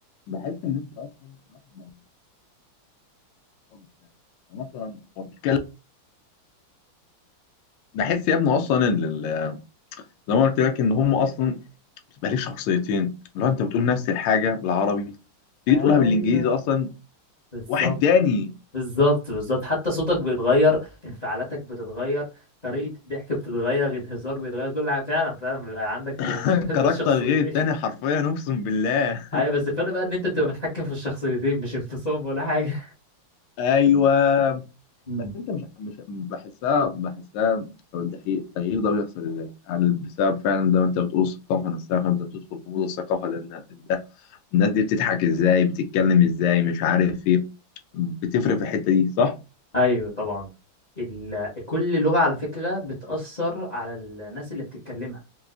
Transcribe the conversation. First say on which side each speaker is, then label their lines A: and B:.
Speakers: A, on the left (about 85°); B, on the left (about 30°).
A: بحس ان انت اصلا الواحد بقى بيكون أصلاً هو بيتكلم أنا اصلا هو بيتكلم بحس يا ابني اصلا ان ال- زي ما قلت لك ان هم اصلا بتبقى ليه شخصيتين لو انت بتقول نفس الحاجه بالعربي تيجي
B: ايوه
A: تقولها بالانجليزي اصلا
B: بالظبط
A: واحد تاني
B: بالظبط بالظبط حتى صوتك بيتغير انفعالاتك بتتغير طريقة الضحك بتتغير الهزار بيتغير كل حاجة فعلا فعلا بيبقى عندك
A: <laughs>
B: <laughs>
A: كاركتر
B: شخصيتين
A: غير التاني حرفيا اقسم بالله
B: ايوه بس الفرق بقى ان انت بتبقى متحكم في الشخصيتين مش انفصام ولا حاجة
A: <laughs> ايوه
B: مم.
A: بس انت مش مش بحسها بحسها طب التغيير التغيير ده بيحصل ازاي؟ هل بسبب فعلا زي ما انت بتقول الثقافه نفسها فانت تدخل في مود الثقافه ده النا- ده الناس دي بتضحك ازاي بتتكلم ازاي مش عارف ايه بتفرق في الحته دي صح؟
B: ايوه طبعا ال... كل لغة على فكرة بتأثر على الناس اللي بتتكلمها